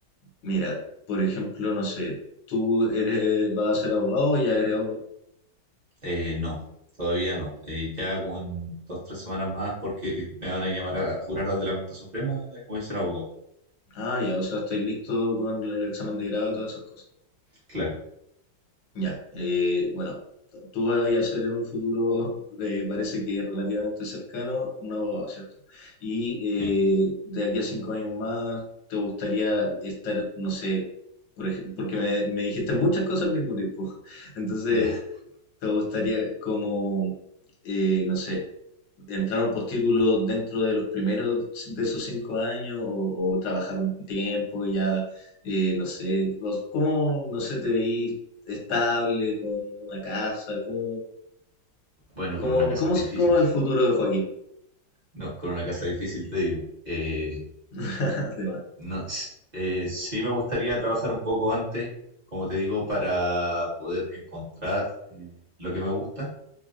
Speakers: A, on the left; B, on the right.
A: mira, por ejemplo, no sé, tú eres, vas a ser abogado o ya eres abogado.
B: Eh, no, todavía no. Eh, ya como en dos, tres semanas más, porque me van a llamar a jurar desde la Corte Suprema, eh, voy a ser abogado.
A: Ah, ya, o sea, estáis listo con el examen de grado y todas esas cosas.
B: Claro,
A: Ya, eh, bueno, tú vas a ser en un futuro, eh, parece que relativamente cercano, un abogado, ¿cierto? Y
B: sí.
A: eh, de aquí a cinco años más, ¿te gustaría estar, no sé, por ej- porque me, me dijiste muchas cosas al mismo tiempo. <laughs> Entonces,
B: Ya,
A: ¿Te gustaría como, eh, no sé, entrar a un postítulo dentro de los primeros de esos cinco años o, o trabajar un tiempo y ya, eh, no sé, los- cómo, no sé, te veís estable con una casa, cómo,
B: bueno,
A: cómo,
B: con una casa
A: cómo,
B: difícil.
A: es- cómo es el futuro de Joaquín?
B: No, con una casa difícil te digo. Eh,
A: <laughs> Además,
B: no, s- eh, sí me gustaría trabajar un poco antes, como te digo, para poder encontrar eh, lo que me gusta